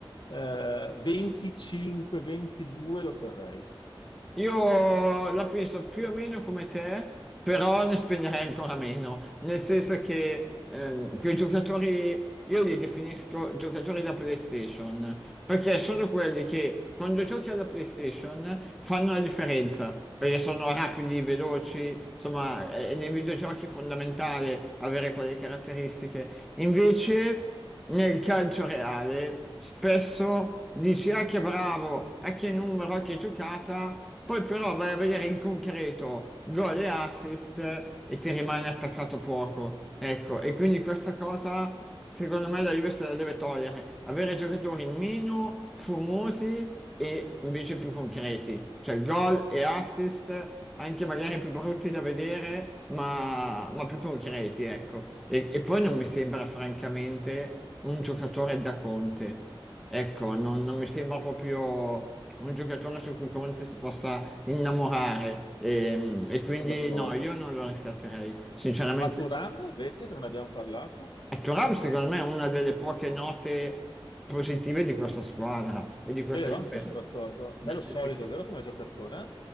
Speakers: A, on the left; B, in the centre.
A: eh, 25, 22 lo terrei.
B: Io la penso più o meno come te, però ne spenderei ancora meno, nel senso che ehm, quei giocatori, io li definisco giocatori da PlayStation, perché sono quelli che quando giochi alla PlayStation fanno la differenza, perché sono rapidi, veloci, insomma, eh, nei videogiochi è fondamentale avere quelle caratteristiche. Invece nel calcio reale spesso dici ah che bravo, ah che numero, ah che giocata, poi però vai a vedere in concreto gol e assist e ti rimane attaccato poco. Ecco, e quindi questa cosa secondo me la Juve se la deve togliere, avere giocatori meno fumosi e invece più concreti, cioè gol e assist anche magari più brutti da vedere, ma, ma più concreti, ecco. E, e poi non mi sembra francamente un giocatore da Conte. Ecco, non, non mi sembra proprio un giocatore su cui Conte si possa innamorare. E, e quindi
A: Sono d'accordo.
B: no, io non lo riscatterei. Sinceramente,
A: Maturana, invece, che non abbiamo parlato,
B: Thuram secondo me è una delle poche note positive di questa squadra e di questa
A: vero,
B: Juve.
A: anch'io sono d'accordo.
B: Nel
A: Bello
B: senso
A: solido,
B: che-
A: vero, come giocatore? eh?